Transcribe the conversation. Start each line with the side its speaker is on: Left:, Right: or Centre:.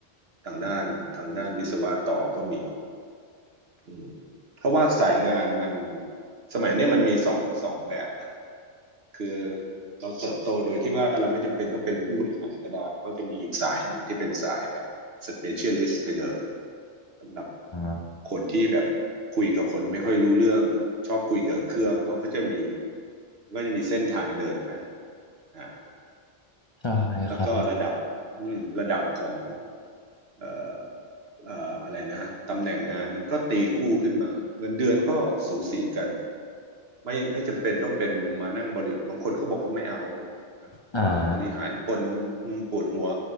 Right: ทางด้านทางด้านวิศวะต่อก็มี อืมเพราะว่าสายงานมันสมัยเนี้ยมันมีสองสองแบบนะคือเราเติบโตโดยที่ว่าเราไม่จำเป็นต้องเป็นผู้บริหารก็ได้ก็จะมีอีกสายหนึ่งที่เป็นสายแบบสเปเชียลิสต์ไปเลยสำหรับ
Left: ่า
Right: คนที่แบบคุยกับคนไม่ค่อยรู้เรื่องชอบคุยกับเครื่องเขาก็จะมีก็จะมีเส้นทางเดินให้อ่า
Left: ใช่ครับ
Right: แล้วก็ระดับอืมระดับของเอ่อเอ่ออะไรนะตำแหน่งงานมันก็ตีคู่ขึ้นมาเงินเดือนก็สูสีกัน ไม่ไม่จำเป็นต้องเป็นมานั่งบริบางคนเขาบอกเขาไม่เอานะ
Left: อ่า
Right: บริหารคนอืมปวดหัว